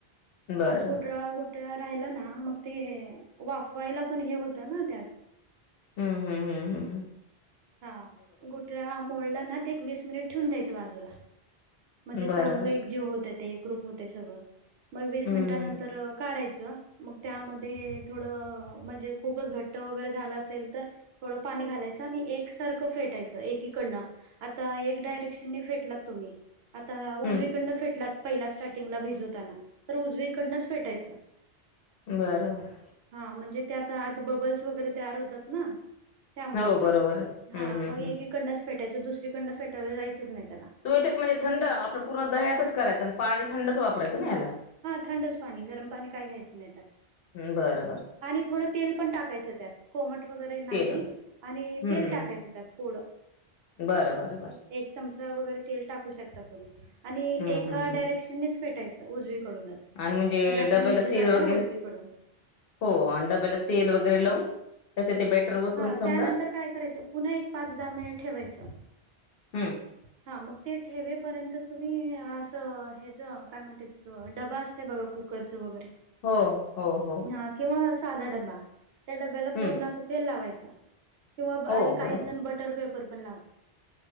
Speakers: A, on the left (about 65°); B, on the right (about 75°).
A: बरं
B: असं गुठळ्या,
A: बरं
B: गुठळ्या ऽऽ राहिल ना,, मग ते वाफवायला पण हे होत ना त्यातऽऽ
A: हम्म, हम्म, हम्म, हम्म, हम्
B: हां, गुठला मोडला ना ते एक वीस मिनिट ठेऊून द्यायचं बाजूला.
A: आहे
B: म्हणजे चांगलं
A: बरोबर
B: एक जीव होतय ते एक ग्रुप होतय सगळं, मग वीस
A: हम्म
B: मिनिटानंतर काढायचं. मग त्या मधे, म्हणजे खुपच घट झाल असेल तर थोडं पाणी ऽ घालायच आणि एक ार फेटायच एकीकडन आता एक डायरेक्शन फेटलात तुम्ही आता उजवीकडनं
A: हम्म
B: फेटलात पहिला स्टार्टिंगला भिजवताना तर उजवीकडनंच फेटायचं
A: बरोबर
B: हा म्हणजे त्यात आत बबल्स वगैरे तयार होतात ना त्यामुळं
A: हो बरोबर आहे
B: हा
A: हम्म हम्म
B: मग
A: हम्म
B: एकीकडनंच फेटायचं दुसरीकडनं फेटायला जायचंच नाही त्याला
A: तुच्यात म्हणजे थंड आपलं पूर्ण दह्यातच करायचं आणि पाणी थंडच वापरायचं ना याला
B: हा थंडच पाणी गरम पाणी काय घ्यायचं नाय त्यात
A: हम्म बर
B: आणि थोडं तेल पण टाकायचं त्यात कोमट वगैरे नाही
A: तेल वगैरे
B: आणि
A: हम्म
B: तेल टाकायचं
A: हम्म
B: त्यात थो ळ
A: बरं बरं बर
B: एक चमचा वगैरे तेल टाकू शकता तुम्ही आणि
A: हम्म
B: एका
A: हम्म हम्म
B: डायरेक्शननेच फेटायचं उजवी म्हणजे
A: आणि
B: आपल्याला
A: डब्याला
B: इजी
A: तेल
B: जातय
A: वगैरे
B: ना उजवीकडून
A: हो आण डब्याला तेल वगैरे लावून
B: हा
A: त्याच्या ते बेटर वतून
B: हा
A: समजा
B: त्यानंतर काय करायचं पुन्हा एक पाच दहा मिनिट ठेवायचं
A: हम्म
B: हा मग ते ठेवेपर्यंतच तुम्ही असं हेज काय म्हणत्यात डबा असतय बघा कुकरचं वगैरे
A: हो हो हो
B: हा किंवा साधा डबा त्या डब्याला
A: हम्म
B: पूर्ण असं तेल लावायचं किंवा
A: हो
B: काही
A: बरोबर
B: जण बटर पेपर पण लावते